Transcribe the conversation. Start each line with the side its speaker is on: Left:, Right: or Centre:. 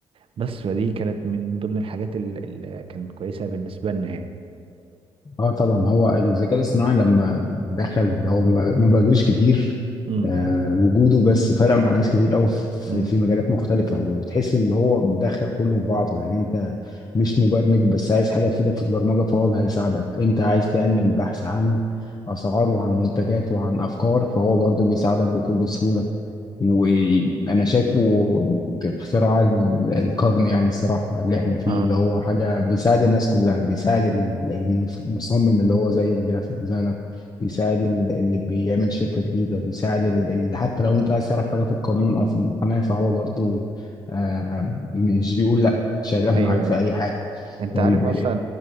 Right: بس فدي كانت من ضمن الحاجات ال- اللي كانت كويسة بالنسبة لنا يعني
Left: اه طبعا هو الذكاء الاصطناعي لما دخل هو ما ما بقالوش كتير
Right: امم
Left: آه وجوده بس فرق مع ناس كتير قوي في,
Right: امم
Left: في مجالات مختلفة وتحس ان هو مدخل كله في بعضه يعني انت مش مبرمج بس عايز حاجة تفيدك في البرمجة فهو هيساعدك انت عايز تعمل بحث عن اسعار وعن منتجات وعن افكار فهو برضه بيساعدك بكل سهولة وانا شايفه اختراع ال- القرن يعني الصراحه اللي احنا فيه
Right: آه.
Left: اللي هو حاجه بيساعد الناس كلها بيساعد ال- المصمم اللي هو زي الجرافيك ديزاينر بيساعد ال- اللي بيعمل شركه جديده بيساعد ال- ال- حتى لو انت عايز تعرف حاجه في القانون او في المحاماه فهو برضو آه مش بيقول لا شغال
Right: ايوه
Left: معاك في
Right: آه.
Left: اي حاجه
Right: انت
Left: طيب
Right: عارف اصلا